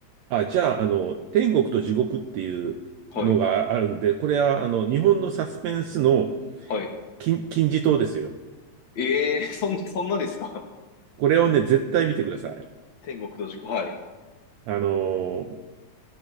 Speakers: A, on the right; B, on the left.
A: あ、じゃあ、あの、天国と地獄っていうのがあるんで、
B: はい、
A: これは、あの、日本のサスペンスの
B: はい。
A: 金、金字塔ですよ。
B: えー、<laughs> そん、そんなですか。
A: これをね、絶対見てください。
B: <laughs> 天国と地獄、はい。
A: あの、